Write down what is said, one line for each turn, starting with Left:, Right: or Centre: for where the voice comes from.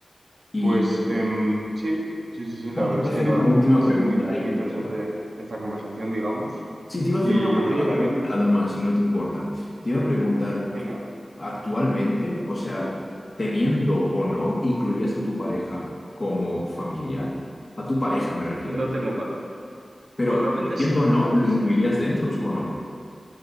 Left: Y
Right: Pues em,
Left: y-
Right: sí, sí, sí, sí, la
Left: no,
Right: verdad
Left: te voy
Right: es
Left: a
Right: que
Left: hacer
Right: no,
Left: una última
Right: ha sido
Left: pregunta.
Right: muy, muy
Left: y-
Right: interesante
Left: y ya.
Right: esta conversación, digamos.
Left: Sí, te iba a
Right: Y
Left: hacer una última
Right: yo creo que también,
Left: pregunta nada más, si no te importa. Te iba a preguntar,
Right: venga,
Left: ¿tú actualmente, o sea, teniendo o no, incluirías a tu pareja como familiar? A tu pareja me refiero.
Right: no tengo par.
Left: Pero
Right: Pues realmente
Left: teniendo
Right: sí,
Left: o no,
Right: porque
Left: ¿lo
Right: es,
Left: incluirías dentro o no?